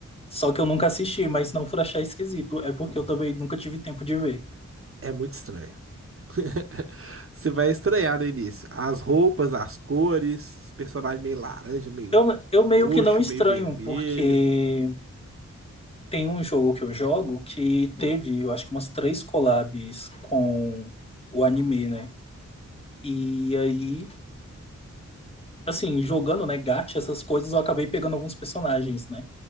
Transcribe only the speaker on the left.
Só que eu nunca assisti, mas não por achar esquisito, é porque eu também nunca tive tempo de ver.
Eu, eu meio
que não estranho,
porque tem um jogo que eu jogo que teve, eu acho que umas três collabs com o anime, né? E aí assim, jogando, né, gacha, essas coisas, eu acabei pegando alguns personagens, né?